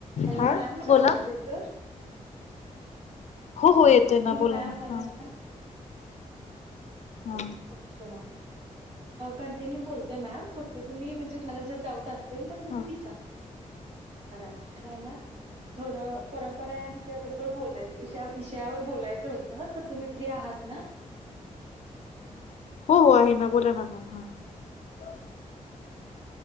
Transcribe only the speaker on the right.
Hello
ma'am जावाज
येतोय
ऍक्च्युली
मॅम
मला
ओके कंटिन्यू बोलते मॅम फक्त तु म्हणजे ह्याला जर डाऊट अस असेल तर तुम्ही
विचार आरा ना थोडं परंपरा या विषयाबरोबर बोलायचं विषयावर बोलायचं होतं तर तुम्ही फ्री आहात ना